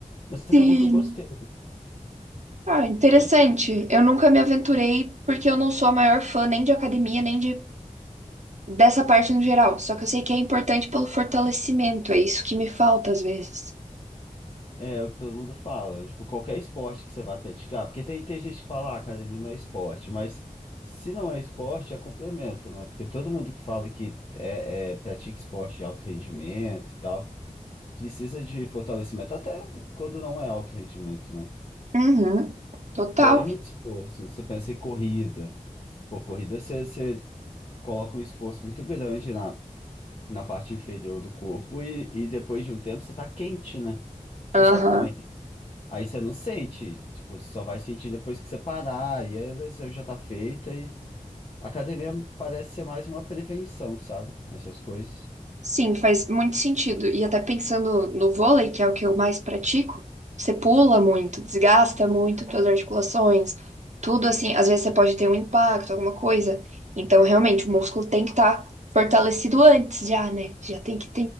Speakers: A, on the left (about 40°); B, on the right (about 55°).
A: Mas
B: Sim.
A: acabou que eu gostei,
B: Ah, interessante.
A: sabe?
B: Eu nunca me aventurei porque eu não sou a maior fã nem de academia, nem de dessa parte no geral. Só que eu sei que é importante pelo fortalecimento, é isso que me falta às vezes.
A: É, é o que todo mundo fala, tipo, qualquer esporte que você vai praticar, porque tem, tem gente que fala, ah, academia não é esporte, mas se não é esporte, é complemento, né? Porque todo mundo que fala que é, é, pratica esporte de alto rendimento e tal, precisa de fortalecimento, até quando não é alto rendimento, né?
B: Uhum. Total.
A: Que é muito esforço. Você pensa em corrida. Pô, corrida você, você coloca um esforço muito grande na, na parte inferior do corpo e, e depois de um tempo você tá quente, né? Você
B: Aham.
A: sabe como é que. é. Aí você não sente. Tipo, você só vai sentir depois que você parar. E aí a lesão já tá feita. E a academia parece ser mais uma prevenção, sabe? Nessas coisas.
B: Sim, faz muito sentido. E até pensando no vôlei, que é o que eu mais pratico, você pula muito, desgasta muito suas articulações, tudo assim. Às vezes você pode ter um impacto, alguma coisa. Então, realmente, o músculo tem que estar fortalecido antes já, né? Já tem que